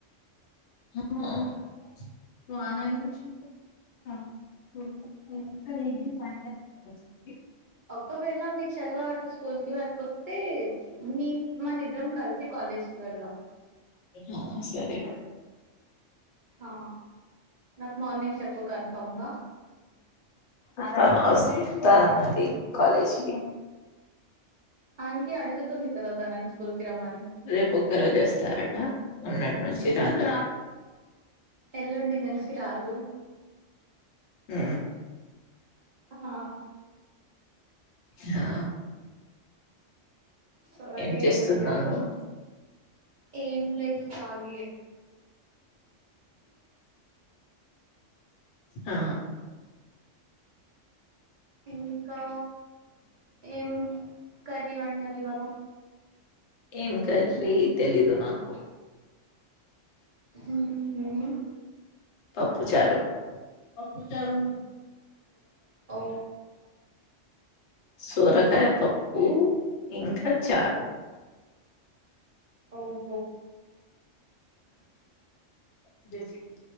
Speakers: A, on the left; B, on the right.
A: <inaudible>
B: ఒక్కవేళ మీ చెల్లాట్ల చు స్కూల్ కి వెళ్ళిపోతే, మీ మనిద్రం కలిసి కాలేజ్ కి వెళ్ళాం.
A: ఆ సరే
B: హా నాకు మార్నింగ్ చెప్పు కన్ఫామ్ గా
A: అతమ వస్ తాంది కాలేజ్ కి
B: ఆంటీ అడుగుతుంది కదా తనన్ స్కూల్ కి రమ్మని
A: రేపు ఒక్క రోజస్ తా రట మొన్నట్నుంచి తాత
B: ఎల్లుండి నున్ంచి రాదు.
A: ఉ
B: ఆ
A: ఆ
B: సారీ
A: ఏం చేస్తున్నావు
B: ఎల్లుండి స్
A: నువ్వు
B: ఏం లేదు ఖాళీయె
A: ఆ
B: ఇంకా ఏం కర్రీ వండార్ ఇవాళ
A: ఏం కర్రీ తెలీదు నాకు.
B: హు హు
A: పప్పుచారు పప్ చారు
B: ఓ
A: సోరకాయి పప్పు ఇంకా చారు
B: ఓ
A: అదేడి